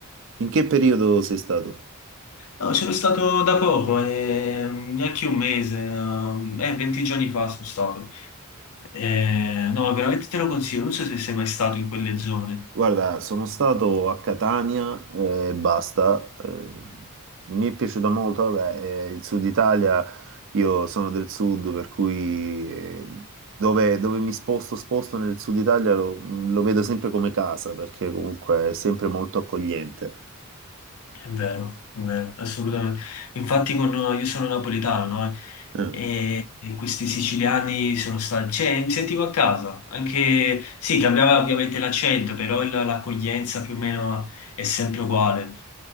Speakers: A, on the right (about 60°); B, on the left (about 70°).
A: In che periodo sei stato?
B: No, sono stato da poco, eh, neanche un mese, eh, 20 giorni fa sono stato. Eh, no, veramente te lo consiglio, non so se sei mai stato in quelle zone.
A: Guarda, sono stato a Catania eh, e basta. eh, mi è piaciuta molto, vabbè, eh, il sud Italia, io sono del sud, per cui eh, dove, dove mi sposto, sposto nel sud Italia lo, lo vedo sempre come casa, perché comunque è sempre molto accogliente.
B: È vero, è vero, assolutamente. Infatti con, io sono napoletano, no? Mm.
A: Eh,
B: E, e questi siciliani sono stati, cioè mi sentivo a casa, anche, sì, cambiava ovviamente l'accento, però il- l'accoglienza più o meno è sempre uguale.